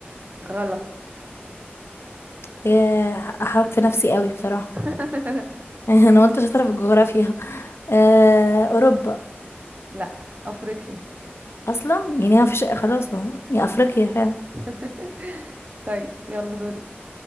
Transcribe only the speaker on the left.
ياه، حركت نفسي قوي بصراحة
<laughs> انا قلت شاطرة في الجغرافيا آه أوروبا
اصلا يعني ما فيش خلاص ما هو يا افريقيا فعلا